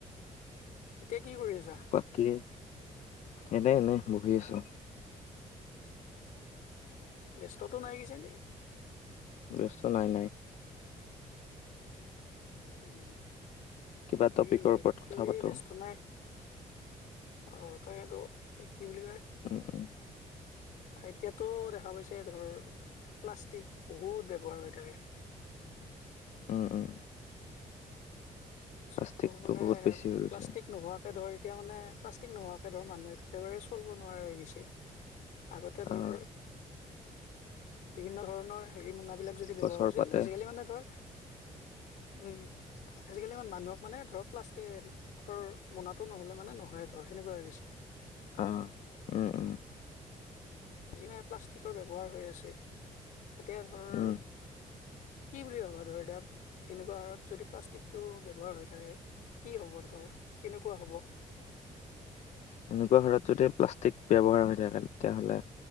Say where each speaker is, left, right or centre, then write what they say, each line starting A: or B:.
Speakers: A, on the left (about 75°); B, on the left (about 60°).
A: এতিয়া কি কৰি আছা?
B: বাকী এনে এনে বহি আছোঁ।
A: ব্যস্ততো নাই কিজানি?
B: ব্যস্ত নাই নাই।
A: উম,
B: কিবা টপিকৰ
A: এই
B: ওপৰত কথা
A: এই
B: পাতো
A: ব্যস্ত নাই। অ' তাকেইতো কি বুলি কয়?
B: উম উম
A: এতিয়াতো দেখা পাইছে ধৰ প্লাষ্টিক বহুত ব্যৱহাৰ হৈ থাকে। <inaudible>
B: উম, উম।
A: চ
B: প্লাষ্টিকটো
A: মানে
B: বহুত বেছি হৈ গৈছে
A: প্লাষ্টিক নোহোৱাকে ধৰি এতিয়া মানে প্লাষ্টিক নোহোৱাকে ধৰ মানুহ একেবাৰে চলিব নোৱাৰা হৈ গৈছে। আগতে ধৰ
B: আহ
A: বিভিন্ন ধৰণৰ হেৰি মোনাবিলাক যদি ব্যৱহাৰ
B: গছৰ
A: কৰিছিল,
B: পাতে
A: আজালি মানে ধৰ, উম আজিকালি ইমান মানুহক মানে ধৰক প্লাষ্টিকেৰ মনাটো নহ'লে মানে নহয়েই ধৰ সেনেকুৱা হৈ গৈছে।
B: আহ উম উম
A: যেনে প্লাষ্টিকৰ ব্যৱহাৰ হৈ আছে এতিয়া ধৰ হয়
B: উম
A: কি বুলি ভাবা ধৰ এতিয়া এনেকুৱা হাৰত যদি প্লাষ্টিকটো ব্যৱহাৰ হৈ থাকে কি হ'ব ধৰ কেনেকুৱা হ'ব?
B: এনেকুৱা হাৰত যদি প্লাষ্টিক ব্যৱহাৰ হৈ থাকে তেতিয়াহ'লে